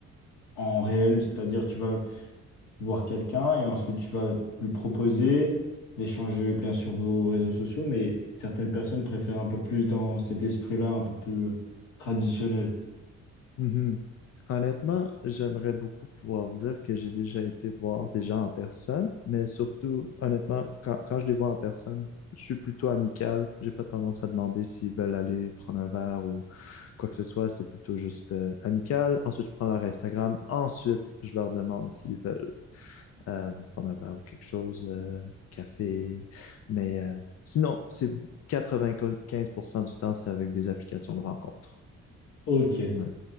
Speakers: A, on the left; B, on the left.
A: en réel, c'est-à-dire tu vas voir quelqu'un et ensuite tu vas lui proposer d'échanger bien sûr vos réseaux sociaux, mais certaines personnes préfèrent un peu plus dans cet esprit-là, un peu plus euh, traditionnel.
B: mhm. Honnêtement, j'aimerais beaucoup pouvoir dire que j'ai déjà été voir des gens en personne, mais surtout, honnêtement, quand, quand je les vois en personne, je suis plutôt amical. J'ai pas tendance à demander s'ils veulent aller prendre un verre ou quoi que ce soit. C'est plutôt juste euh, amical. Ensuite, je prends leur Instagram. Ensuite, je leur demande s'ils veulent euh, prendre un verre ou quelque chose, euh, café. Mais euh, sinon, c'est quatre-vingt quinze pour cent du temps, c'est avec des applications de rencontre
A: Ok.
B: Ouais.